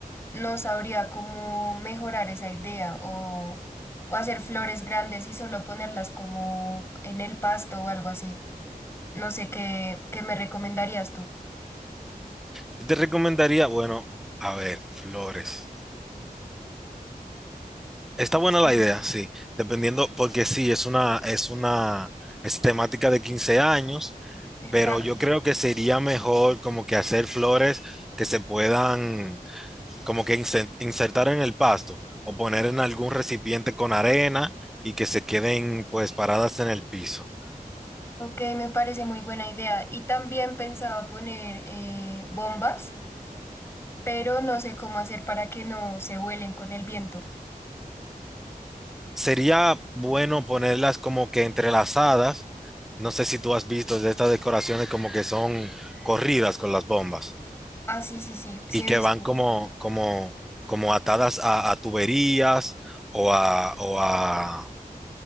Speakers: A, on the left; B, in the centre.
A: no sabría cómo mejorar esa idea o, o hacer flores grandes y solo ponerlas como en el pasto o algo así. No sé qué, qué me recomendarías tú.
B: Yo te recomendaría, bueno, a ver, flores. Está buena
A: Sí,
B: la idea, sí. Dependiendo, porque sí, es una, es una, es temática de 15 años,
A: Exacto.
B: pero yo creo que sería mejor como que hacer flores que se puedan como que inse- insertar en el pasto o poner en algún recipiente con arena y que se queden pues paradas en el piso.
A: Ok, me parece muy buena idea. Y también pensaba poner eh, bombas, pero no sé cómo hacer para que no se vuelen con el viento.
B: Sería bueno ponerlas como que entrelazadas. No sé si tú has visto de estas decoraciones como que son corridas con las bombas.
A: Ah, sí, sí, sí, sí
B: y
A: he
B: que
A: visto.
B: van como, como, como atadas a, a tuberías o a, o a,